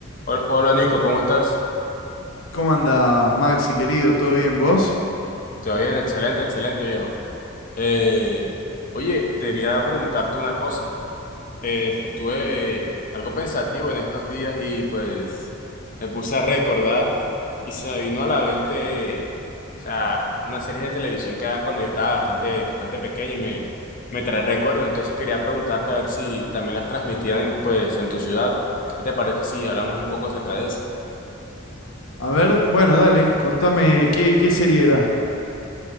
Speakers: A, on the left; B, on the left.
A: Hol- Hola Nico, ¿cómo estás?
B: ¿Cómo andás, Maxi, querido? ¿Todo bien vos?
A: ¿Todo bien? Excelente, excelente viejo. Eh, oye, te quería preguntarte una cosa. Eh, estuve algo pensativo en estos días y pues me puse a recordar y se me vino a la mente, o sea, una serie de televisión que daban cuando yo estaba bastante, bastante pequeño y me, me trae recuerdos. Entonces quería preguntarte a ver si también las transmitían en, pues, en tu ciudad. ¿Qué te parece si hablamos un poco acerca de eso?
B: A ver, bueno, dale, contame qué, qué serie era.